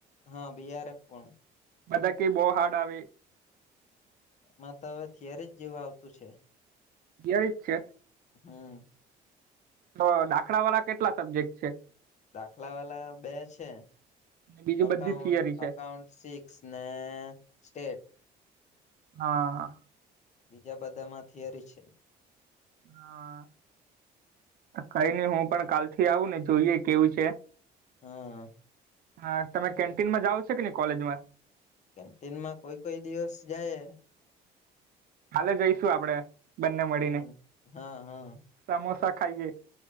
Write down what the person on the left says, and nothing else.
હા બીઆરએફ પણ
માં તો હવે થિયરી જ જેવું આવતું છે
હમ
દાખલા વાલા બે છે
અકાઉન્ટ
અકાઉન્ટ સિક્સ ને સ્ટેટ
બીજા બધામાં થિયરી છે
હા
કેન્ટીન માં કોઈ કોઈ દિવસ જાયે
હમ હા હા